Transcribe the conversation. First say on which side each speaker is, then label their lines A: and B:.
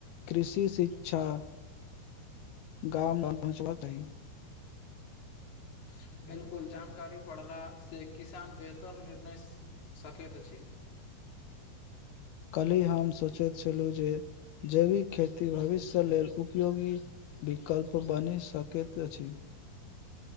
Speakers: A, on the left; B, on the left.
A: कृषि शिक्षा गाम ग पहुँचबाक चाहि न
B: <inaudible> बिलकुल जानकारी पढ़लासे किसान बेहतर निर्णय सकैत अछि <inaudible>
A: क्लिह हम सोचैत छलु जे जैविक खेती भविष्य लेल उपयोगी विकल्प बनि सकैत छै